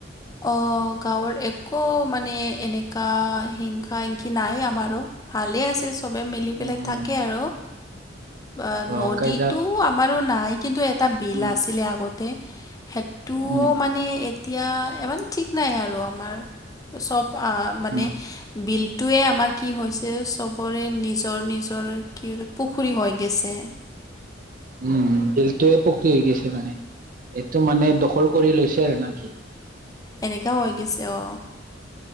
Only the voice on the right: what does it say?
উম
অ
কাইজা
উম
উম
উম
উম, বিলটো পুখৰী হৈ গেছি। কি মানে, মানে এইটো মানে দখল কৰি লৈছে আৰু না কি?